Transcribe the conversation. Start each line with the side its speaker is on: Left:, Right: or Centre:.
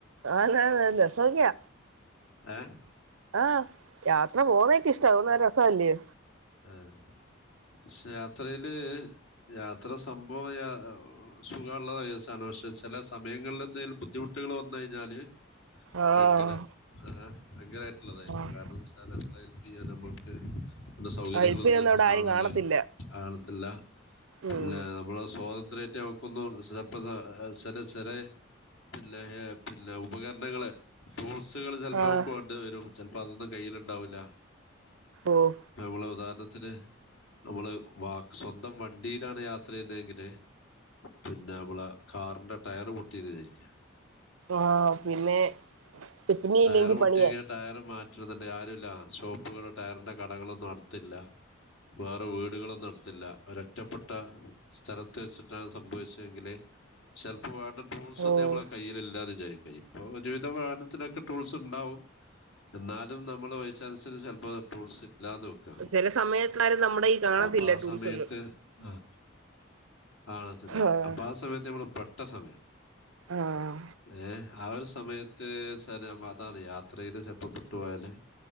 Right: ആന്ന് ആന്ന് രസോക്ക്യ.
Left: ഏഹ്
Right: ആഹ് യാത്ര പോവുന്നേയൊക്കെ ഇഷ്ടവാ <unintelligible> രസവാല്ല്യോ?
Left: ആഹ് പക്ഷെ യാത്രയില് യാത്ര സംഭവം യാ സുഖമുള്ള കേസാണ് പക്ഷെ ചെല സമയങ്ങളിലെന്തേലും ബു ദ്ധിമുട്ട്കള് വന്ന് കഴിഞ്ഞാല്
Right: ആഹ്
Left: ഭയങ്കര ആഹ് ഭയങ്കരമായിട്ടുള്ളതായി
Right: ആഹ്
Left: കാരണംന്ന് വെച്ചാല് <unintelligible> നമ്മക്ക് ന്ന് സൗകര്യങ്ങളൊന്നും
Right: ആഹ് ഇപ്പ ഇതൊന്നും
Left: ചെലപ്പോ
Right: അവിടെ
Left: കാണൂല്ല
Right: ആരും കാണത്തില്ല
Left: കാണത്തില്ല പിന്നെ
Right: ഉം
Left: നമ്മുടെ സ്വാതന്ത്ര്യ <unintelligible> ചെല ചെലേ പിന്നെ ഏഹ് പിന്നെ ഉപകരണങ്ങള് ടൂ ൾസ്സുകൾ ചിലപ്പോ
Right: ആഹ്
Left: നമക്ക് വണ്ട വരും ചെലപ്പോ അതൊന്നും കയ്യിലുണ്ടാവില്ല.
Right: ഓഹ്
Left: ള്ള ഉദാഹരണത്തിന് നമ്മള് വാ സ്വന്തം വണ്ടിയിലാണ് യാത്ര ചെയ്യുന്നതെങ്കില് പിന്നെ നമ്മളെ കാറിന്റെ ടയർ പൊട്ടീന്ന് വിചാരിക്ക
Right: ആഹ് പിന്നെ സ്റ്റെപ്പിനി
Left: ടയറ്
Right: ഇല്ലെങ്കി
Left: പൊട്ടിങ്കി
Right: പണിയാ
Left: ആ ടയറ് മാ റ്റണംന്നുണ്ടെങ്കി ആരൂല്ല ഷോപ്പുകള് ടയറിന്റെ കടകളൊന്നും അടുത്തില്ല വേറെ വീടുകളൊ ന്നടുത്തില്ല ഒരൊറ്റപ്പെ ട്ട സ്ഥലത്ത് വെച്ചിട്ടാണ് സംഭവിച്ചതെങ്കില് ചെലപ്പോ വേണ്ട ടൂൾസൊന്നും
Right: ഓഹ്
Left: നമ്മളെ കയ്യിലില്ലാന്ന് വിചാരിക്ക ഇപ്പൊ ഒരുവിധം വാഹനത്തിനൊക്കെ ടൂൾസ് ഉണ്ടാവും. എന്നാലും നമ്മള് വൈസ് ചാൻസില് ചെലപ്പോ ടൂൾസ് ഇല്ലാന്ന് വെക്ക
Right: ചെല സമയത്താരും നമ്മുടെ ഈ കാണത്തില്ല
Left: അപ്പൊ ആ
Right: ടൂൾസ്
Left: സമയത്ത്
Right: ഒന്നും
Left: ആഹ് കാണത്തില്ല
Right: ആഹ്
Left: അപ്പൊ ആ സമയത്ത് നമ്മള് പെട്ട സമയാ
Right: ആഹ്
Left: ഏഹ് ആ ഒരു സമയത്ത് <unintelligible> അതാണ് യാത്രയില് ചെല്പം പെട്ടു പോയാല്